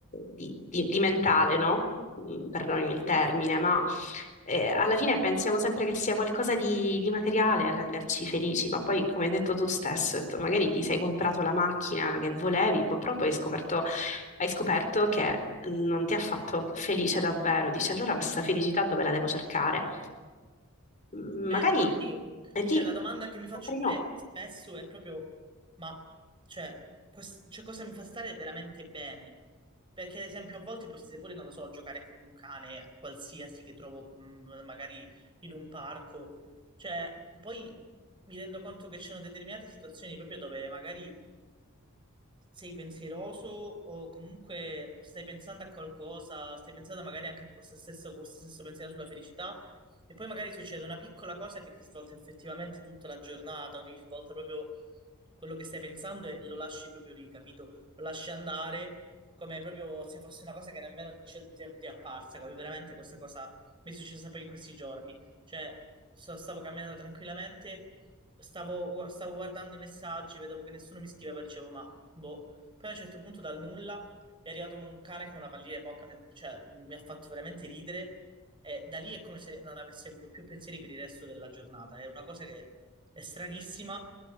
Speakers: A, on the left; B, on the right.
A: di- di- di mentale, no? Mm, Perdonami il termine, ma eh, alla fine pensiamo sempre che sia qualcosa di, di materiale a renderci felici, ma poi, come hai detto tu stesso, hai detto, magari ti sei comprato la macchina che volevi, poi proprio hai scoperto, hai scoperto che non ti ha fatto felice davvero. Dici, allora questa felicità dove la devo cercare? Mm,
B: Eh,
A: Magari
B: infatti,
A: è lì,
B: cioè, la domanda che mi
A: magari
B: faccio pure
A: no.
B: spesso è proprio, ma cioè, quest- cioè, cosa mi fa stare veramente bene? Perché, ad esempio, a volte potete pure, non lo so, giocare con un cane qualsiasi che trovo mh, magari in un parco. Cioè, poi mi rendo conto che ci sono determinate situazioni proprio dove magari sei pensieroso o comunque stai pensando a qualcosa, stai pensando magari anche a questo stesso, questo stesso pensiero sulla felicità e poi magari succede una piccola cosa che ti svolta effettivamente tutta la giornata o ti svolta proprio quello che stai pensando e lo lasci proprio lì, capito? Lo lasci andare come proprio se fosse una cosa che nemmeno c'è tempo ti è apparsa, come veramente questa cosa mi è successa poi in questi giorni. Cioè, so- stavo camminando tranquillamente, stavo, stavo guardando i messaggi, vedevo che nessuno mi scriveva, dicevo, ma Boh. Poi a un certo punto dal nulla è arrivato un cane con una pallina in bocca, mi- cioè mi ha fatto veramente ridere e da lì è come se non avessi avuto più pensieri per il resto della giornata. È una cosa che è stranissima,